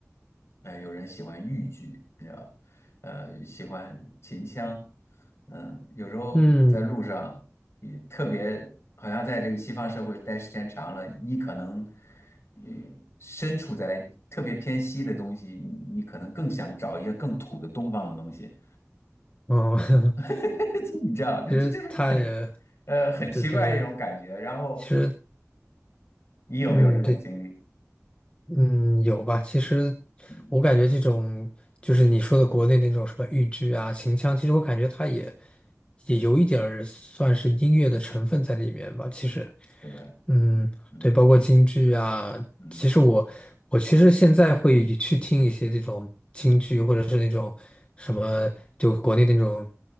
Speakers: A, on the left (about 55°); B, on the left (about 20°).
A: 呃，有人喜欢豫剧，你知道，呃，喜欢秦腔，嗯，有时候在路上也特别，
B: 嗯，
A: 好像在这个西方社会待时间长了，你可能，嗯，身处在特别偏西的东西，你你可能更想找一些更土的东方的东西，
B: 哦，<laughs>
A: <laughs> 你知道，这这就是很，
B: 其实他也
A: 呃，很奇怪的一种感觉。
B: 对对，
A: 然后，
B: 其实
A: 你有没有这种经历？
B: 嗯，对。嗯，有吧？其实我感觉这种就是你说的国内那种什么豫剧啊、
A: 嗯，
B: 秦腔，其实我感觉它也也有一点儿算是音乐的成分在里面吧。其实，
A: 是的，
B: 嗯，
A: 嗯嗯
B: 对，包括京剧啊，
A: 嗯。
B: 其实我我其实现在会去听一些这种京剧，或者是那种什么就国内那种